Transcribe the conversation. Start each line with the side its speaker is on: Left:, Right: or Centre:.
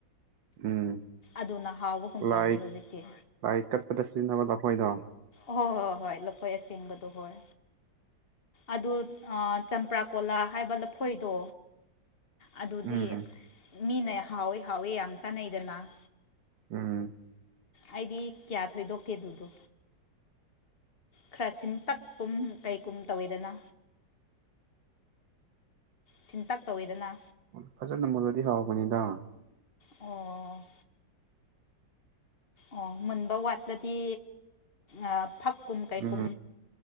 Right: ꯎꯝ
Left: ꯑꯗꯨꯅ ꯍꯥꯎꯕꯒꯨꯝ
Right: ꯂꯥꯏ
Left: ꯇꯧꯔꯦ ꯍꯧꯖꯤꯛꯇꯤ
Right: ꯂꯥꯏ ꯀꯠꯄꯗ ꯁꯤꯖꯤꯟꯅꯕ ꯂꯐꯣꯏꯗꯣ
Left: ꯍꯣ ꯍꯣ ꯍꯣꯏ ꯂꯐꯣꯏ ꯑꯁꯦꯡꯕꯗꯣ ꯍꯣꯏ ꯑꯗꯨ ꯑ ꯆꯝꯄ꯭ꯔꯥꯀꯣꯂꯥ ꯍꯥꯏꯕ ꯂꯐꯣꯏꯗꯣ ꯑꯗꯨꯗꯤ
Right: ꯎꯝ
Left: ꯃꯤꯅ ꯍꯥꯎꯋꯤ ꯍꯥꯎꯋꯤ ꯌꯥꯝ ꯆꯥꯅꯩꯗꯅ
Right: ꯎꯝ
Left: ꯑꯩꯗꯤ ꯀꯌꯥ ꯊꯣꯏꯗꯣꯛꯇꯦ ꯑꯗꯨꯗꯣ ꯈꯔ ꯁꯤꯟꯇꯛ ꯄꯨꯝ ꯀꯩꯒꯨꯝ ꯇꯧꯋꯦꯗꯅ ꯁꯤꯟꯇꯛ ꯇꯧꯋꯤꯗꯅ
Right: ꯎꯝ ꯐꯖꯅ ꯃꯨꯜꯂꯗꯤ ꯍꯥꯎꯕꯅꯤꯗ
Left: ꯑꯣ ꯑꯣ ꯃꯨꯟꯕ ꯋꯥꯠꯂꯗꯤ ꯑꯥ ꯐꯛ ꯀꯨꯝ ꯀꯩꯀꯨꯝ
Right: ꯎꯝ